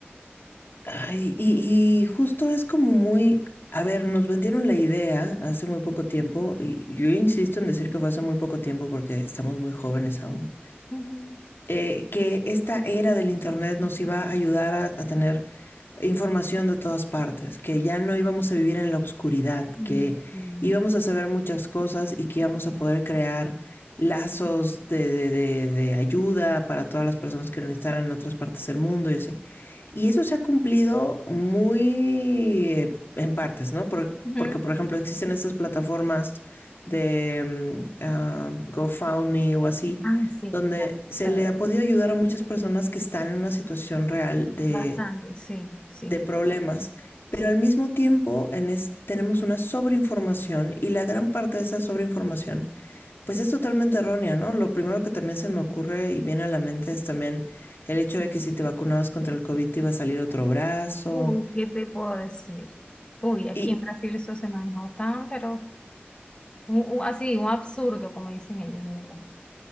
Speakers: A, on the left (about 60°); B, on the left (about 25°).
A: Ay, y, y justo es como muy, a ver, nos vendieron la idea hace muy poco tiempo y yo insisto en decir que fue hace muy poco tiempo porque estamos muy jóvenes aún.
B: Ujú.
A: eh, que esta era del Internet nos iba a ayudar a, a tener información de todas partes, que ya no íbamos a vivir en la oscuridad,
B: Mm,
A: que
B: sí.
A: íbamos a saber muchas cosas y que íbamos a poder crear lazos de, de- de- de ayuda para todas las personas que lo necesitaran en otras partes del mundo y así. Y eso se ha cumplido muy eh, en partes, ¿no? Por-
B: Ujú.
A: porque, por ejemplo, existen estas plataformas de mm, ah, GoFundMe o así,
B: Ah, sí,
A: donde
B: claro,
A: se
B: claro,
A: le ha podido ayudar a muchas personas que están en una situación real de
B: bastante, sí, sí,
A: de problemas,
B: sí.
A: pero al mismo tiempo en es- tenemos una sobreinformación y la gran parte de esa sobreinformación pues es totalmente errónea, ¿no? Lo primero que también se me ocurre y viene a la mente es también el hecho de que si te vacunabas contra el COVID te iba a salir otro brazo.
B: Uy, ¿qué te puedo decir? Uy, aquí
A: Y,
B: en Brasil eso se manejó tan, pero un- un- así, un absurdo, como dicen ellos, de verdad.